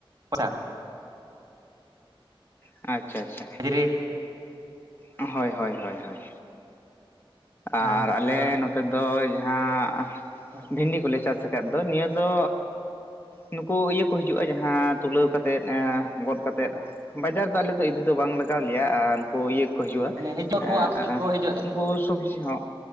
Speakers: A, on the right (about 40°); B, on the left (about 25°).
A: ᱯᱚᱭᱥᱟ ᱦᱚᱸ᱾
B: ᱟᱪᱪᱷᱟ ᱟᱪᱪᱷᱟ᱾
A: ᱫᱷᱤᱨᱤ
B: ᱦᱚᱭ ᱦᱚᱭ ᱦᱚᱭ ᱦᱚᱭ।
A: ᱦᱳᱭ
B: ᱟᱨ ᱟᱞᱮ
A: ᱟᱫᱚ
B: ᱱᱚᱛᱮ ᱫᱚ ᱡᱟᱦᱟᱸ
A: ᱦᱮᱸ᱾
B: ᱵᱷᱤᱱᱰᱤ ᱠᱚᱞᱮ ᱪᱟᱥ ᱟᱠᱟᱫ ᱫᱚ ᱱᱤᱭᱟᱹ ᱫᱚ ᱱᱩᱠᱩ ᱤᱭᱟᱹ ᱠᱚ ᱦᱤᱡᱩᱜᱼᱟ ᱡᱟᱦᱟᱸ ᱛᱩᱞᱟᱹᱣ ᱠᱟᱛᱮᱫ ᱮᱸ ᱜᱚᱫ ᱠᱟᱛᱮᱫ ᱵᱟᱡᱟᱨ ᱫᱚ ᱟᱞᱮᱫᱚ ᱫᱚ ᱤᱫᱤ ᱫᱚ ᱵᱟᱝ ᱞᱟᱜᱟᱣ ᱞᱮᱭᱟ ᱟᱨ ᱩᱱᱠᱩ ᱤᱭᱟᱹ ᱠᱚ ᱦᱤᱡᱩᱜᱼᱟ
A: ᱢᱟᱱᱮ ᱦᱤᱡᱩᱜ
B: ᱮᱸ
A: ᱟᱠᱚ ᱟᱠᱚ ᱜᱮᱠᱚ ᱦᱤᱡᱩᱜ ᱛᱟᱦᱮᱱᱟ
B: ᱩᱱᱠᱩ। ᱤᱧ ᱦᱚᱸ,